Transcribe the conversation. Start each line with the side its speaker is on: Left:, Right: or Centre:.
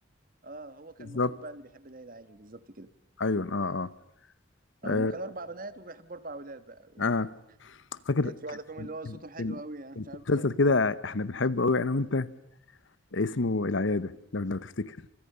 Right: اه هو كان
Left: بالظبط
Right: المفروض بقى اللي بيحب ليلى علوي بالظبط كده
Left: ايوه اه اه
Right: آه،
Left: اه,
Right: هما كانوا اربع بنات وبيحبوا اربع اولاد بقى يعني
Left: آه. فاكر
Right: كانت في واحده
Left: كان
Right: فيهم اللي هو صوته حلو
Left: كان
Right: قوي يعني
Left: كان
Right: مش عارف
Left: في مسلسل
Right: يعني.
Left: كده احنا بنحبه قوي انا وانت اسمه العيادة لو لو تفتكر